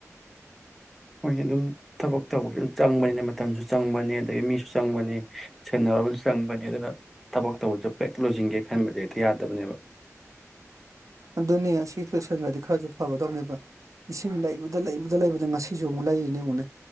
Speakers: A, in the centre; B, on the right.
A: ꯃꯣꯏꯅ ꯑꯗꯨꯝ ꯊꯕꯛ ꯇꯧꯕ ꯑꯗꯨꯝ ꯆꯪꯕꯅꯤꯅ ꯃꯇꯝꯁꯨ ꯆꯪꯕꯅꯤ ꯑꯗꯒꯤ ꯃꯤꯁꯨ ꯆꯪꯕꯅꯤ ꯁꯦꯟꯅ ꯑꯃꯁꯁꯨ ꯆꯪꯕꯅꯤ ꯑꯗꯨꯅ ꯊꯕꯛ ꯇꯧꯕꯁꯨ ꯄꯦꯛ ꯂꯣꯏꯁꯤꯤꯡꯒꯦ ꯈꯟꯕꯁꯦ ꯍꯦꯛꯇ ꯌꯥꯗꯕꯅꯦꯕ
B: ꯑꯗꯨꯗꯨꯅꯅꯤꯌꯥ ꯁꯤ ꯏꯂ ꯁꯪꯒꯥꯗꯤ ꯈꯔꯖ ꯐꯕꯗꯧꯅꯦꯕ ꯏꯁꯤꯡ ꯂꯩꯕꯗ ꯂꯩꯕꯗ ꯂꯩꯕꯗ ꯉꯁꯤꯁꯨ ꯑꯃꯨꯛ ꯂꯩꯔꯤꯅꯦ ꯑꯃꯨꯛꯅꯦ